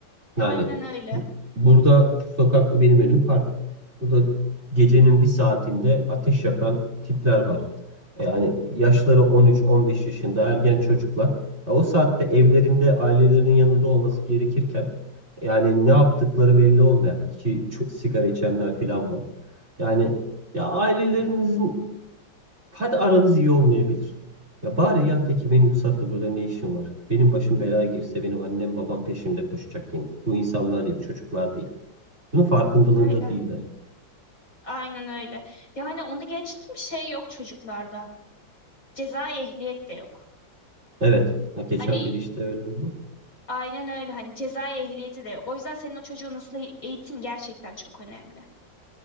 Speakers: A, on the left (about 45°); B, on the right (about 35°).
A: Aynen
B: Yani
A: öyle.
B: bu, burada sokakta benim önüm park. Burada gecenin bir saatinde ateş yakan tipler var. Yani yaşları 13-15 yaşında ergen çocuklar. Ya o saatte evlerinde ailelerinin yanında olması gerekirken yani ne yaptıkları belli olmayan ki çok sigara içenler falan var. Yani ya ailelerinizin Hadi aranız iyi olmayabilir. Ya bari ya de ki benim bu saatte burada ne işim var? Benim başım belaya girse benim annem babam peşimde koşacak yine. Bu insanlar değil, bu çocuklar değil. Bunun farkındalığında
A: Öyle.
B: değiller.
A: Aynen öyle. Ya hani onu geçtim şey yok çocuklarda. Cezai ehliyet de yok.
B: Evet. Ha, geçen
A: Hani
B: biri işte öyle oldu.
A: aynen öyle hani cezai ehliyeti de yok. O yüzden senin o çocuğu nasıl eğitin gerçekten çok önemli.